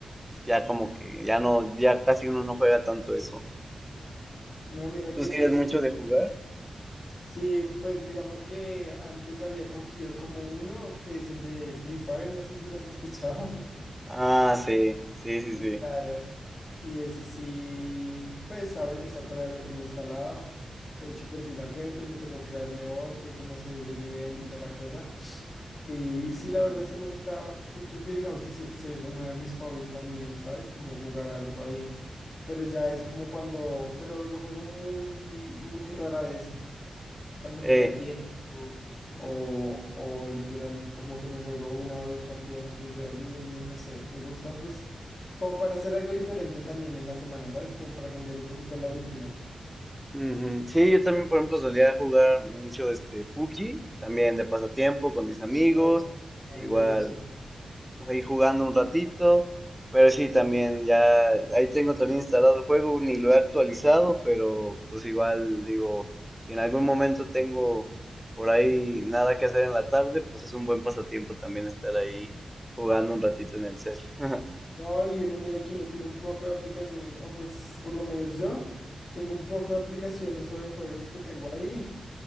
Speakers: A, in the centre; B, on the left.
A: pues, ya como que ya no, ya casi uno no juega tanto eso.
B: No, mira que
A: ¿Tú sí
B: yo
A: eres
B: sí,
A: mucho de jugar?
B: sí, pues digamos que antes había cogido como uno que es el de Free Fire, no sé si lo has escuchado. <laughs>
A: Ah, sí, sí, sí,
B: Sí,
A: sí.
B: claro. Y ese sí, pues, sabe, o sea, todavía lo tengo instalado. De hecho, perdí una cuenta y me tocó crearme otra y como subir de nivel y toda la cosa. Y, sí,
A: Ujú.
B: la verdad sí me gusta, yo creo que digamos que se- sería como uno de mis hobbies también, ¿sabes? Como jugar harto ahí. Pero ya es como cuando, pero lo juego muy, muy rara vez cuándo
A: Eh,
B: me queda tiempo, o, o literal como que me juego una o dos partidas antes de dormirme, no sé, me gusta pues como para hacer algo diferente también en la semana, ¿sabes? Como para cambiar un poquito la rutina.
A: ujú. Sí, yo también, por ejemplo, solía jugar mucho este PUBG, también de pasatiempo con mis amigos,
B: Pero, ay,
A: igual.
B: Lena, chévere.
A: Pues, ahí jugando un ratito, pero sí, también ya ahí tengo también instalado el juego, ni lo he actualizado, pero pues igual digo, si en algún momento tengo por ahí nada que hacer en la tarde, pues es un buen pasatiempo también estar ahí jugando un ratito en el cel. <laughs>
B: No, y uno mira que uno tiene un poco de aplicaciones, o pues por lo menos yo tengo un poco de aplicaciones o de juegos que tengo ahí.